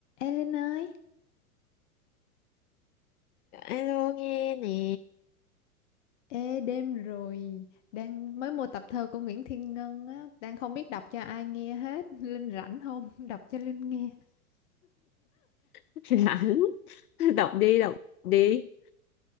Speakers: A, on the left; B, on the left.
A: Ê Linh ơi,
B: Alo nghe nè
A: ê đêm rồi, đang mới mua tập thơ của Nguyễn Thiên Ngân á, đang không biết đọc cho ai nghe hết, <laughs> Linh rảnh không? <laughs> Đọc cho Linh nghe.
B: <laughs> Rảnh Đọc đi đọc đi